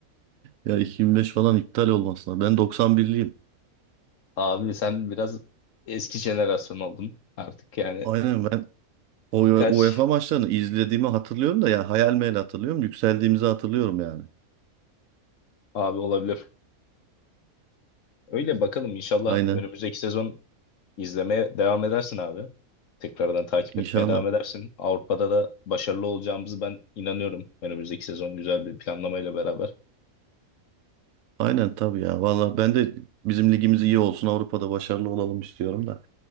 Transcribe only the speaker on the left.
Abi sen biraz eski jenerasyon oldun artık yani.
Kaç
abi olabilir? Öyle bakalım inşallah
önümüzdeki sezon izlemeye devam edersin abi. Tekrardan takip
etmeye devam edersin. Avrupa'da da başarılı olacağımızı ben inanıyorum. Önümüzdeki sezon güzel bir planlamayla beraber.